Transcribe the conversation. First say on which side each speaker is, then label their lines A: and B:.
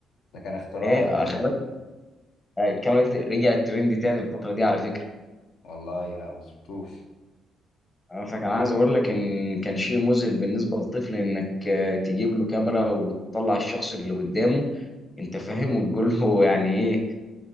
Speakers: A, on the left (about 75°); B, on the left (about 25°).
A: ده كان اختراع
B: ايه
A: زمان
B: خلي
A: ده
B: بالك الكاميرا دي رجعت ترند تاني الفتره دي على فكره
A: والله لا ما شفتوش
B: أنا فكان عايز اقول لك ان كان شيء مذهل بالنسبه للطفل انك آه، تجيب له كاميرا وتطلع الشخص اللي قدامه انت فاهم وتقول له يعني ايه